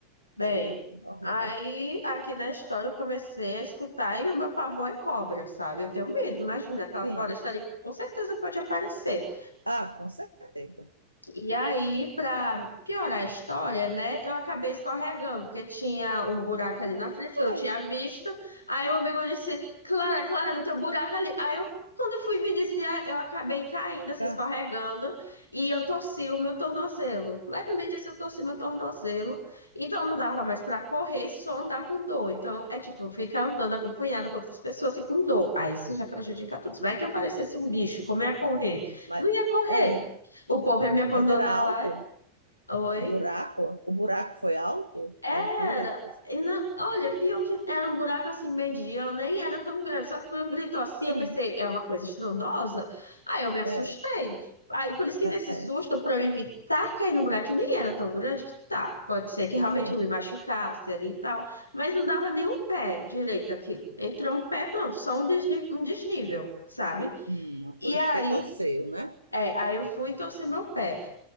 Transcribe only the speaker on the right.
Era horrível.
Sim.
Ah, com certeza.
Ai,
tá.
Mas,
é.
Mas era alto
o buraco? O buraco foi alto?
A altura?
Sim,
é,
é,
sim.
Hum,
por isso
você torceu, né?